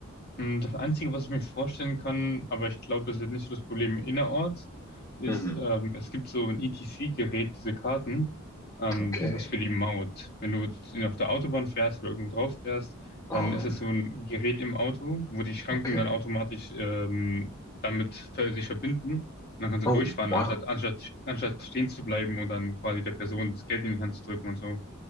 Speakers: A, on the left; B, on the left.
A: Hm, Das Einzige, was ich mir vorstellen kann, aber ich glaube, das wird nicht so das Problem innerorts, ist,
B: Mhm.
A: ähm, es gibt so ein ETC-Gerät, diese Karten. Ähm,
B: Okay.
A: das ist für die Maut. Wenn du jetzt in- auf der Autobahn fährst oder irgendwo drauf fährst,
B: Oh,
A: dann ist es so ein Gerät im Auto, wo die Schranken
B: okay.
A: dann automatisch ähm, damit ver- sich verbinden. Und dann kannst
B: Oh,
A: du durchfahren,
B: wow.
A: anstatt, anstatt, anstatt stehen zu bleiben und dann quasi der Person das Geld in die Hand zu drücken und so.